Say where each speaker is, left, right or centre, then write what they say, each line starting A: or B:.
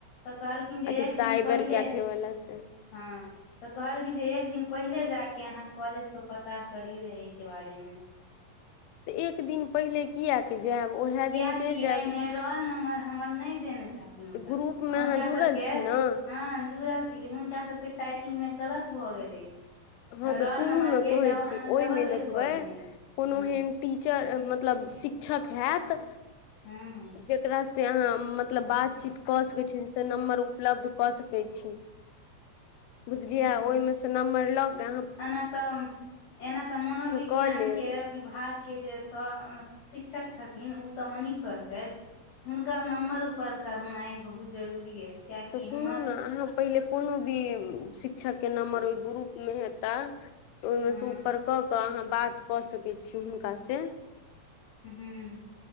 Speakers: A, on the left; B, on the left.
A: कहलखिन जे
B: अथी
A: एक
B: साइबर
A: दिन पहिले
B: कैफे
A: हँ
B: वाला से
A: तऽ कहलखिन जे एक दिन पहिले जाकऽ अहाँ कॉलेज पर पता करियौ एहिके बारेमे
B: एक दिन पहिले किएकऽ जायब उएह
A: कियाकि
B: दिन चलि
A: एहिमे
B: जायब
A: रोल नम्बर हमर नहि देने छै हुनका
B: ग्रुप मे अहाँ जुड़ल
A: सब के
B: छी ने
A: हँ जुरल छी हुनका टाइपिंग मे गलत भऽ गेल अछि
B: हँ तऽ
A: रोल
B: सुनू
A: नम्बर
B: ने
A: के
B: कहै छी
A: डबल
B: ओहमे
A: बेर
B: देखबै
A: कऽ देने अछि
B: कोनो
A: हँ
B: एहन टीचर मतलब शिक्षक हायत
A: हँ
B: जेकरा से अहाँ मतलब बातचीत कऽ सकैत छी से नम्बर उपलब्ध कऽ सकैत छी बुझलियै
A: हँ
B: ओहिमे सँ नम्बर लऽ के
A: एना तऽ एना तऽ मनोविज्ञान
B: कऽ लेब
A: के विभाग के जे सर शिक्षक छथिन ओ तऽ मनीष सर छै हुनकर नम्बर ऊपर करनाइ बहुत जरूरी अछि कियाकि
B: सुनू
A: हमर
B: ने अहाँ पहिले कोनो भी शिक्षक के नम्बर ओहि ग्रुप मे हेता ओहिमेसँ
A: हँ
B: ऊपर कऽ कऽ अहाँ बात कऽ सकैत छी हुनकासँ
A: हुँ